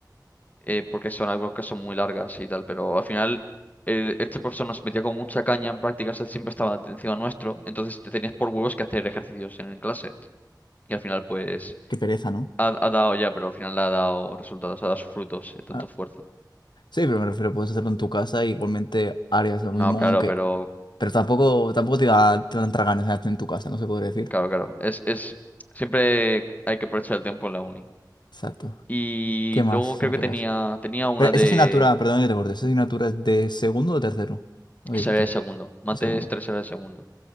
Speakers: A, on the left; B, on the left.
A: eh, porque son algo que son muy largas y tal, pero al final el- este profesor nos metía con mucha caña en prácticas, él siempre estaba encima nuestro, entonces te tenías por huevos que hacer ejercicios en clase. Y al final pues
B: qué pereza, ¿no?
A: ha, ha dado ya, pero al final le ha dado resultados, ha dado sus frutos, eh, tanto
B: Ah,
A: esfuerzo.
B: sí, pero me refiero, puedes hacerlo en tu casa, igualmente harías lo
A: No,
B: mismo,
A: claro,
B: aunque...
A: pero
B: Pero tampoco, tampoco te da, te dan ganas de hacerlo en tu casa, no se podría decir.
A: claro, claro. Es, es, siempre hay que aprovechar el tiempo en la uni.
B: Exacto.
A: Y
B: ¿Qué más
A: luego
B: asignaturas?
A: creo que tenía, tenía una
B: Pero
A: de...
B: esa asignatura, perdón que te corte, ¿esa asignatura es de segundo o tercero? Habías
A: Ese
B: dicho,
A: era el segundo. Mates
B: de segundo.
A: 3 era el segundo.